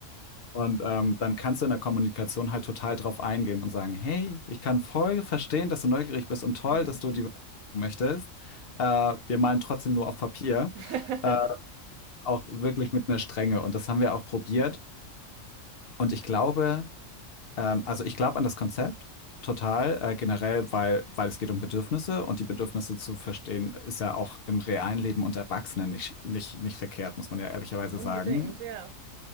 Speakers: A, on the left; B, on the right.
A: und ähm, dann kannst du in der Kommunikation halt total drauf eingehen und sagen, hey, ich kann voll verstehen, dass du neugierig bist und toll,
B: Mhm.
A: dass du die Welt entdecken möchtest. Äh, wir malen trotzdem nur auf Papier,
B: <laughs>
A: äh, auch wirklich mit einer Strenge. Und das haben wir auch probiert.
B: mhm.
A: Und ich glaube, ähm, also ich glaube an das Konzept total, äh, generell, weil, weil es geht um Bedürfnisse und die Bedürfnisse zu verstehen, ist ja auch im realen Leben unter Erwachsenen nicht, nicht, nicht verkehrt, muss man ja ehrlicherweise
B: Unbedingt,
A: sagen,
B: ja.